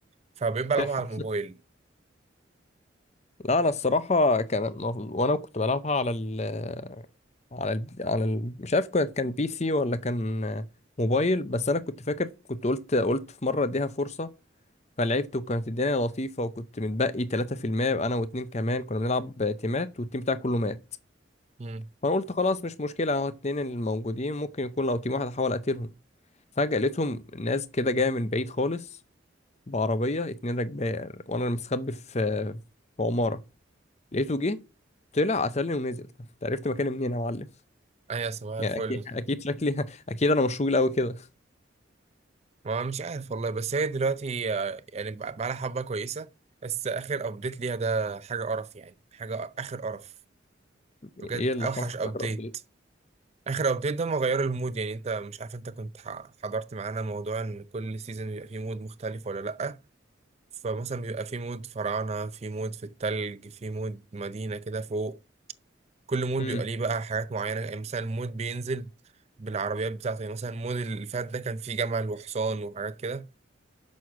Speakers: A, on the right; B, on the left.
A: فبقيت بلعبها
B: سحر
A: على الموبايل
B: لا أنا الصراحة كان المفروض- وأنا كنت بلعبها على ال على ال على ال مش عارف كانت كان بي سي ولا كان موبايل بس أنا كنت فاكر كنت قلت قلت في مرة أديها فرصة فلعبت وكانت الدنيا لطيفة وكنت متبقي 3% يبقى أنا واتنين كمان كنا بنلعب تيمات والتيم بتاعي كله مات
A: امم
B: فأنا قلت خلاص مش مشكلة أهو اتنين الموجودين ممكن يكون لو تيم واحد أحاول أقتلهم فجأة لقيتهم ناس كده جاية من بعيد خالص بعربية اتنين راكبة وأنا مستخبي في في عمارة لقيته جه طلع قتلني ونزل أنت عرفت مكاني منين يا معلم
A: ايوه صباح
B: يعني
A: الفل
B: أكيد أكيد شكلي <laughs> أكيد أنا مش طويل أوي كده
A: ما مش عارف والله بس هي دلوقتي آه، يعني بقى بقى لها حبة كويسة بس آخر أبديت ليها ده حاجة قرف يعني حاجة آخر قرف بجد
B: إيه اللي
A: أوحش
B: حصل
A: أبديت
B: فاكر قد إيه؟
A: آخر أبديت ده ما غير المود يعني أنت مش عارف أنت كنت ح- حضرت معانا موضوع إن كل سيزون بيبقى فيه مود مختلف ولا لأ فمثلا بيبقى فيه مود فراعنة فيه مود في التلج فيه مود مدينة كده فوق كل مود
B: أمم.
A: بيبقى ليه بقى حاجات معينة يعني مثلا مود بينزل بالعربيات بتاعته يعني مثلا المود اللي فات ده كان فيه جمل وحصان وحاجات كده